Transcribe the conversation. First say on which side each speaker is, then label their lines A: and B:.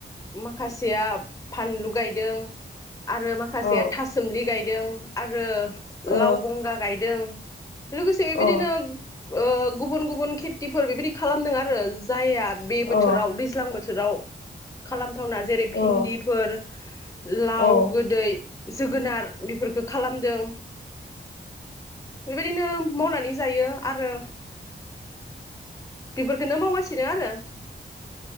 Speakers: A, on the left (about 15°); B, on the left (about 70°).
A: माखासेया फानलु गायदों आरो माखासेया
B: औ
A: थासुमलि गाय दों आरो
B: अ
A: लाव बंगा गाय दों लोगोसे
B: अ
A: बेदिनो ओ गुबुन गुबुन खेथिफोर बेबायदि खालामदों आरो जायहा बे
B: अ
A: बोथोराव दैज्लां बो थोराव खालाम थावना जेरै
B: अ
A: भिनदिफोर लाव
B: औ
A: गोदै जोगोनार बेफोरखो खालामदों। बेबायदिनो मावनानै जायो आरो बेफोरखौनो मावगासिनो आरो।